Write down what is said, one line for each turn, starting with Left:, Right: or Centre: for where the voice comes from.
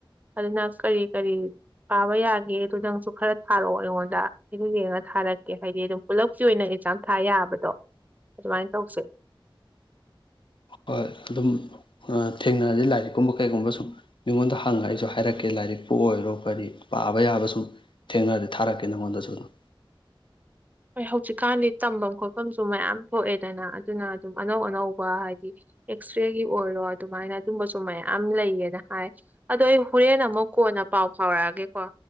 Right: ꯑꯗꯨꯅ ꯀꯔꯤ ꯀꯔꯤ ꯄꯥꯕ ꯌꯥꯒꯦ ꯑꯗꯨꯗ ꯅꯪꯁꯨ ꯈꯔ ꯊꯥꯔꯛꯑꯣ ꯑꯩꯉꯣꯟꯗ ꯑꯩꯗ ꯌꯦꯡꯉ ꯊꯥꯔꯛꯀꯦ ꯍꯥꯏꯗꯤ ꯑꯗꯨꯝ ꯄꯨꯂꯞꯀꯤ ꯑꯣꯏꯅ ꯑꯦꯛꯖꯥꯝ ꯊꯥ ꯌꯥꯕꯗꯣ ꯑꯗꯨꯃꯥꯏꯅ ꯇꯧꯁꯦ꯫
Left: ꯍꯣꯏ ꯑꯗꯨꯝ ꯊꯦꯡꯅꯔꯗꯤ ꯂꯥꯏꯔꯤꯛꯀꯨꯝꯕ ꯀꯩꯒꯨꯝꯕ ꯁꯨꯝ ꯃꯤꯉꯣꯟꯗ ꯍꯪꯉ ꯑꯩꯁꯨ ꯍꯥꯏꯔꯛꯀꯦ ꯂꯥꯏꯔꯤꯛꯄꯨ ꯑꯣꯏꯔꯣ ꯀꯔꯤ ꯄꯥꯕ ꯌꯥꯕ ꯁꯨꯝ ꯊꯦꯡꯅꯔꯗꯤ ꯊꯥꯔꯛꯀꯦ ꯅꯉꯣꯟꯗꯁꯨ ꯑꯗꯨꯝ꯫
Right: ꯍꯣꯏ ꯍꯧꯖꯤꯛꯀꯥꯟꯗꯤ ꯇꯝꯐꯝ ꯈꯣꯠꯐꯝꯁꯨ ꯃꯌꯥꯝ ꯊꯣꯛꯑꯦꯗꯅ ꯑꯗꯨꯅ ꯑꯗꯨꯝ ꯑꯅꯧ- ꯑꯅꯧꯕ ꯍꯥꯏꯗꯤ ꯑꯦꯛꯁꯔꯦꯒꯤ ꯑꯣꯏꯔꯣ ꯑꯗꯨꯃꯥꯏꯅ ꯑꯗꯨꯝꯕꯁꯨ ꯃꯌꯥꯝ ꯂꯩꯌꯦꯅ ꯍꯥꯏ ꯑꯗꯣ ꯑꯩ ꯍꯣꯔꯦꯟ ꯑꯃꯨꯛ ꯀꯣꯟꯅ ꯄꯥꯎ ꯐꯥꯎꯔꯛꯑꯒꯦꯀꯣ꯫